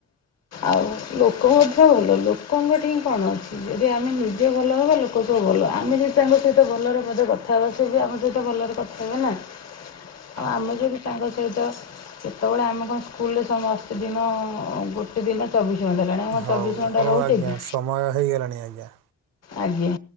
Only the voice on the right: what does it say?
ହ
ହଉ
ହଉ
ଆଜ୍ଞା
ସମୟ ହେଇଗଲାଣି ଆଜ୍ଞା।